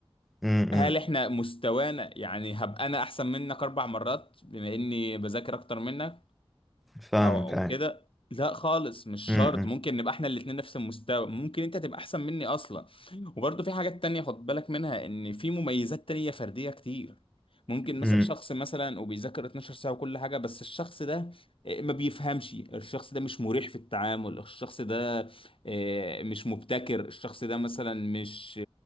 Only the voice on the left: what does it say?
هل احنا مستوانا يعني هبقى انا احسن منك اربع مرات بما اني بذاكر اكتر منك
او أو
كده لا خالص مش
شرط ممكن نبقى احنا الاتنين نفس المستوى ممكن انت تبقى احسن مني اصلا وبرضه في حاجات تانية خد بالك منها ان في مميزات تانية فردية كتير ممكن مثلا
شخص مثلا وبيذاكر 12 ساعة وكل حاجة بس الشخص ده آه، ما بيفهمش الشخص ده مش مريح في التعامل الشخص ده آه، مش مبتكر الشخص ده مثلا مش